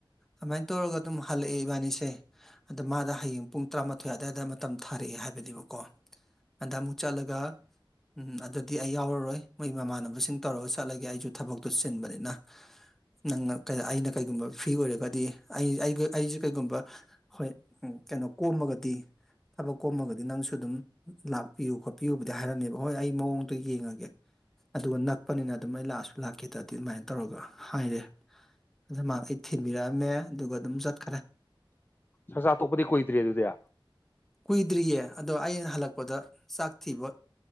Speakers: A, in the centre; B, on the left (about 25°).
A: ꯑꯗꯨꯃꯥꯏꯅ ꯇꯧꯔꯒ ꯑꯗꯨꯝ ꯍꯜꯂꯛꯑꯦ ꯏꯕꯥꯅꯤꯁꯦ ꯑꯗ ꯃꯥꯗ ꯍꯌꯦꯡ ꯄꯨꯡ ꯇꯔꯥꯃꯥꯊꯣꯏ ꯑꯗꯨꯋꯥꯏꯗ ꯃꯇꯝ ꯊꯥꯔꯛꯑꯦ ꯍꯥꯏꯕꯅꯦꯕꯀꯣ ꯑꯗ ꯑꯃꯨꯛ ꯆꯠꯂꯒ ꯑꯗꯨꯗꯗꯤ ꯑꯩ ꯌꯥꯎꯔꯔꯣꯏ ꯃꯣꯏ ꯃꯃꯥꯟꯅꯕꯁꯤꯡ ꯇꯧꯔꯒ ꯆꯠꯂꯒꯦ ꯑꯩꯁꯨ ꯊꯕꯛꯇꯨ ꯆꯤꯟꯕꯅꯤꯅ ꯅꯪꯅ ꯑꯩꯅ ꯀꯩꯒꯨꯝꯕ ꯐ꯭ꯔꯤ ꯑꯣꯏꯔꯒꯗꯤ ꯑꯩ ꯑꯩꯁꯦ ꯀꯩꯒꯨꯝꯕ ꯍꯣꯏ ꯀꯩꯅꯣ ꯀꯣꯝꯃꯒꯗꯤ ꯊꯕꯛ ꯀꯣꯝꯃꯒꯗꯤ ꯅꯪꯁꯨ ꯑꯗꯨꯝ ꯂꯥꯛꯄꯤꯌꯨ ꯈꯣꯠꯄꯤꯌꯨꯕꯨꯗꯤ ꯍꯥꯏꯔꯝꯃꯦꯕ ꯍꯣꯏ ꯑꯩ ꯃꯑꯣꯡ ꯌꯦꯡꯉꯒꯦ ꯑꯗꯨꯒ ꯅꯛꯄꯅꯤꯅ ꯑꯗꯨꯝ ꯑꯩ ꯂꯥꯛꯑꯁꯨ ꯂꯥꯛꯀꯦꯗ꯭ꯔꯗꯤ ꯑꯗꯨꯃꯥꯏꯅ ꯇꯧꯔꯒ ꯍꯥꯏꯔꯦ ꯑꯗꯨ ꯃꯥ ꯑꯩ ꯊꯤꯟꯕꯤꯔꯛꯑꯝꯃꯦ ꯑꯗꯨꯒ ꯑꯗꯨꯝ ꯆꯠꯈꯔꯦ
B: ꯁꯁ ꯇꯣꯄꯗꯤ ꯀꯣꯏ ꯇ꯭ꯔꯤꯦ ꯑꯗꯨ ꯇꯌꯥ
A: ꯀꯨꯏꯗ꯭ꯔꯤꯌꯦ ꯑꯗꯣ ꯑꯩꯅ ꯍꯜꯂꯛꯄꯗ ꯆꯥꯛ ꯊꯤꯕ